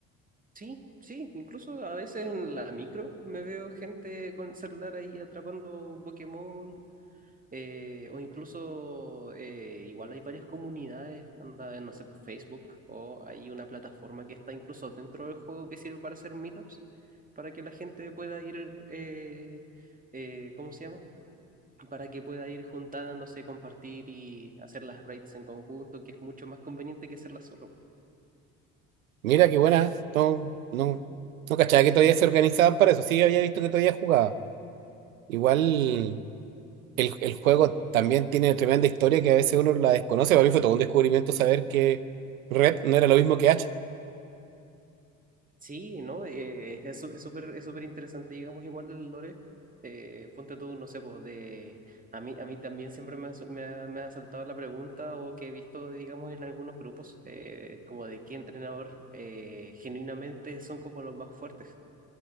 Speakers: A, on the right; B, on the right.
A: Sí, sí, incluso a veces en la micro me veo gente con el celular ahí atrapando Pokémon eh, o incluso, eh, igual hay varias comunidades, anda, no sé, por Facebook, o hay una plataforma que está incluso dentro del juego que sirve para hacer meetups, para que la gente pueda ir, eh, eh, ¿cómo se llama? Para que pueda ir juntándose, compartir y hacer las raids en conjunto, que es mucho más conveniente que hacerlas solo.
B: Mira qué buena. No, no, no cachaba que todavía se organizaban para eso. Sí, había visto que todavía jugaba. Igual.
A: Sí,
B: el, el juego
A: y,
B: también tiene tremenda historia que a veces uno la desconoce. Para mí fue todo un descubrimiento saber que Red no era lo mismo que H.
A: Sí, ¿no? Eh, es su- es súper es súper interesante, digamos, igual el lore. Eh, ponte tú, no sé, pues de... A mí, a mí también siempre me ha, su- me ha, me ha saltado la pregunta o que he visto, digamos, en algunos grupos, eh, como de qué entrenador eh, genuinamente son como los más fuertes.